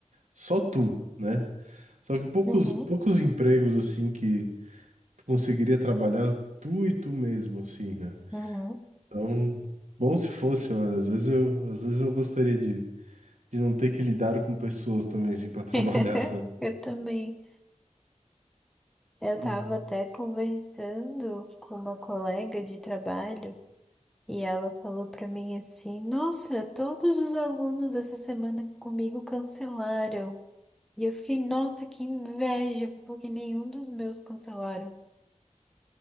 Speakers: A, on the right; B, in the centre.
A: só tu, né? Só que poucos
B: Uhum.
A: poucos empregos assim que tu conseguiria trabalhar tu e tu mesmo, assim, né?
B: Uhum.
A: Então, bom se fosse, olha, às vezes eu, às vezes eu gostaria de, de não ter que lidar com pessoas também, assim, para <laughs> trabalhar,
B: <laughs>
A: sabe?
B: Eu também. Eu
A: Uhum.
B: estava até conversando com uma colega de trabalho e ela falou para mim assim: Nossa, todos os alunos essa semana comigo cancelaram. E eu fiquei, nossa, que inveja, porque nenhum dos meus cancelaram.